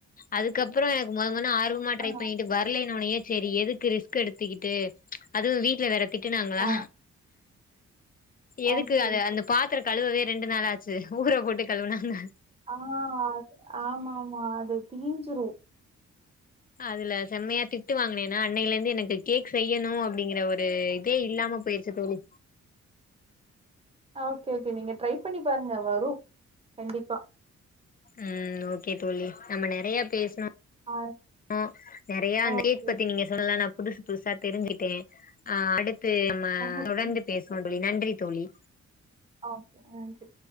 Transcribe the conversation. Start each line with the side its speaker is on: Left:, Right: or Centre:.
Left: அதுக்கப்புறோ எனக்கு மொத மொதன்னா ஆர்வோ மொத்தமா ட்ரை
Right: ஆ
Left: பண்ணிட்டு வர்லனு ஒன்னயே செரி எதுக்கு ரிஸ்க் எடுத்துக்கிட்டு அதுவு வீட்ல வேற திட்டுனாங்களா
Right: ஆ
Left: எதுக்கு
Right: ஓகே
Left: அத
Right: ஓகே
Left: அந்த பாத்தரோ கழுவுவே ரெண்டு நாள் ஆச் சு ஊற போட்டு கழவுனாந்த
Right: ஆ ஆமா ஆமா அது தீஞ்சுரு
Left: அதுல செம்மயா திட்டு வாங்குனேனா அன்னயில இருந்து எனக்கு கேக் செய்யணோ அப்டிங்கற ஒரு இதே இல்லாம பேசு தோழி
Right: ஆ ஓகே ஓகே நீங்க ட்ரை பண்ணி பாருங்க வரு கண்டிப்பா
Left: உம் ஓகே தோழி நம்ம நெறைய பேசணோ
Right: ஆ
Left: ஆ நெறையா அந்த
Right: ஓகே
Left: கேக் பத்தி நீங்க சொல்லலா நா புதுசு புதுசா தெரிஞ்சுட்டே அ அடுத்து நம்ம
Right: ஓகே
Left: தொடர்ந்து பேசுவோ தோழி நன்றி தோழி
Right: ஓகே நன்றி